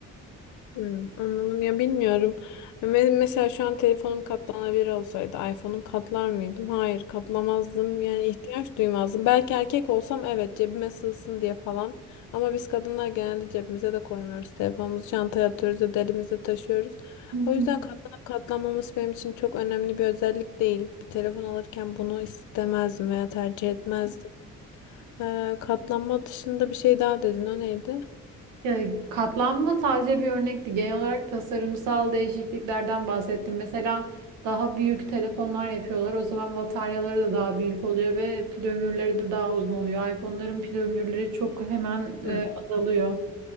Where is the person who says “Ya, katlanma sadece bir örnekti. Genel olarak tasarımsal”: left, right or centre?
Right